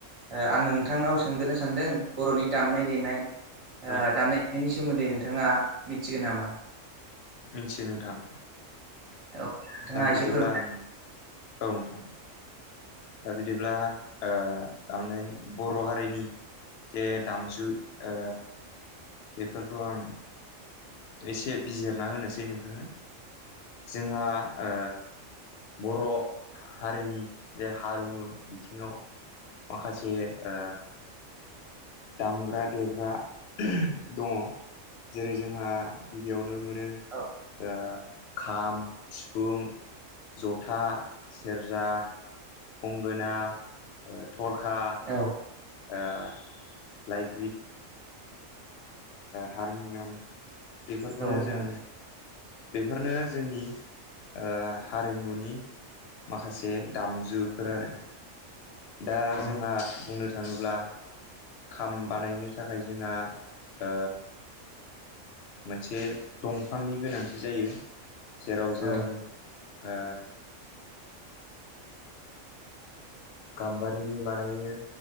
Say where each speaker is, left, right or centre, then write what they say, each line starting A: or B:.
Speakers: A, on the right; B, on the left.
A: ओ आं नोंथांनाव सोंग्रोनो सानदों बर'नि दामनाय देनाय ओ
B: औ
A: दामनाय देनायनि सोमोन्दै नोंथाङा मिथिगोन नामा
B: मिथियो नोंथां
A: औ नोंथाङा
B: दा
A: एसे
B: बिदिब्ला
A: फोर
B: आं औ नोंथां दा बिदिब्ला ओ दामनाय बर' हारिनि जे दामजु ओ बेफोरखौ आं एसे बिजिरना होनोसै नोंथांनो जोंहा ओ बर' हारिनि जे हारिमु बिथिङाव माखासे ओ दामग्रा देग्रा दङ जेरै जोंहा गिबियावनो मोनो
A: औ
B: ओ खाम सिफुं जथा सेरजा गंगोना थरखा
A: औ
B: ओ लाइग्रिद हारमुनियाम बेफोरखौनो
A: नोंथां
B: जों बेफोरनो जोंनि ओ हारिमुनि माखासे दामजुफोर आरो दा
A: औ
B: जोंहा बुंनो थाङोब्ला खाम बानायनो थाखाय जोंहा ओ मोनसे दंफांनि गोनांथि जायो जेराव जों
A: औ
B: ओ गाम्बारिनि बानायो